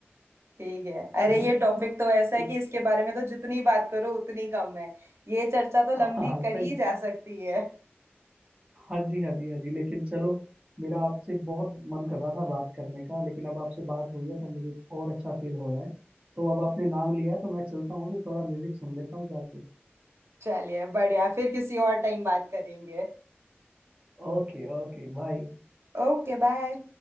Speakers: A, on the right; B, on the right.
A: ठीक है अरे
B: है ना
A: ये
B: <laughs>
A: टॉपिक तो ऐसा है कि
B: ल-
A: इसके बारे में तो जितनी बात करो उतनी कम है ये चर्चा तो लंबी
B: हाँ
A: करी
B: सही
A: ही जा सकती है
B: हाँ जी हाँ जी हाँ जी लेकिन चलो मेरा आपसे बहुत मन कर रहा था बात करने का लेकिन अब आपसे बात हुई है तो मुझे और अच्छा फील हो रहा है तो अब आपने नाम लिया है तो मैं चलता हूँ फिर थोड़ा म्यूजिक सुन लेता हूँ जाके
A: चलिए बढ़िया फिर किसी और टाइम बात करेंगे
B: Okay okay bye
A: Okay bye